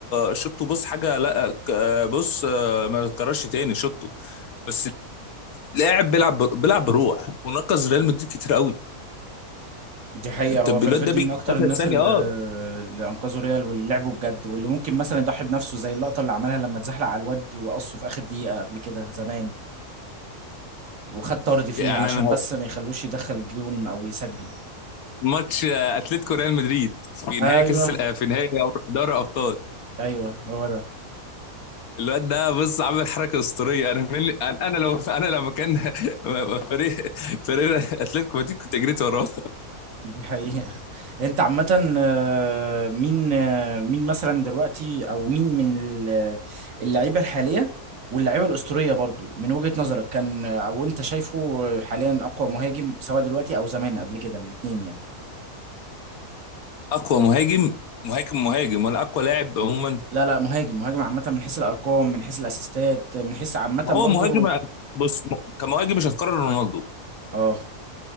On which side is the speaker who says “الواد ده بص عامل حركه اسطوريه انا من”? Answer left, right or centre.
Left